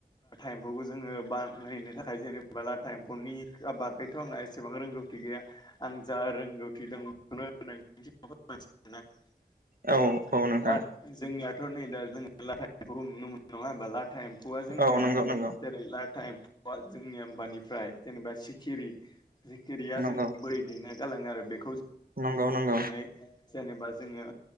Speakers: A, on the left; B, on the right.
A: एम्फौबो जोंङो बा नो थाखाय जेनेबा लाथा एम्फौनि बागैथ' आंहा एसेबां रोंगौथि गैया आं जा रोंगौथि दं <unintelligible> जोंनियाथ'
B: औ औ नोंथां
A: नै दा लाथामौखौ नुनो मोनो नांआ होमबा लाथा एमफौआ जोंनि
B: औ नंगौ
A: या <unintelligible>
B: नंगौ
A: जेनेबा सिखिरि सिखिरिया
B: नंगौ
A: जों बै दैना गालाङो आरो बेखौ
B: नंगौ नंगौ
A: जोनै जेनेबा जोंङो